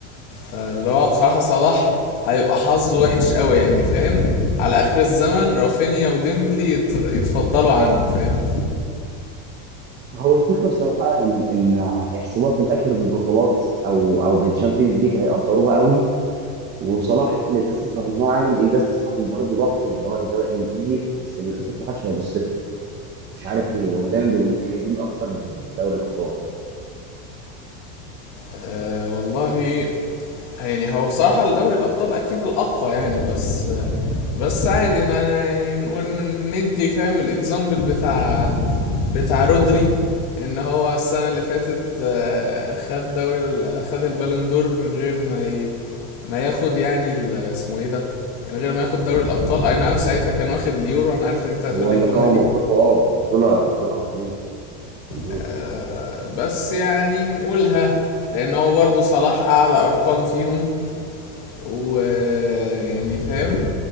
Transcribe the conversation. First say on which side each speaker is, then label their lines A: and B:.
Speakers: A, on the left; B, on the right.
A: فاللي هو بصراحة صلاح هيبقى حظه وحش قوي يعني فاهم على اخر الزمن رافينيا وديمبلي يت- يتفضلوا عنه فاهم
B: هو الفكرة بصراحة إن إن هيحسبوها في الآخر بالبطولات أو أو بالشامبيونز ليج هيقدروها قوي وصلاح للأسف رغم إن هو عامل إنجاز أصلا برضه ضخم اللي هو الدوري الإنجليزي بس للأسف ما حدش هيبص له مش عارف ليه هو دايما بيبقوا متحيزين أكتر لدوري الأبطال
A: أه والله يعني هو بصراحة الدوري الابطال اكيد الاقوى يعني بس بس عادي انا يعني نقول ندي فاهم الاكزامبل بتاع بتاع رودري ان هو السنة اللي فاتت آه، خد دوري ال- خد البالون دور من غير ما ي... ما ياخد يعني ال- اسمه ايه ده من غير ما ياخد دوري الابطال اي نعم ساعتها كان واخد اليورو انا عارف ان انت هتقولي
B: هو اللي
A: الجملة
B: قوي
A: دي
B: موقفه أه بطولة بطولة دولية اليورو
A: آه، بس يعني نقولها لان هو برضه صلاح اعلى ارقام فيهم ويعني فاهم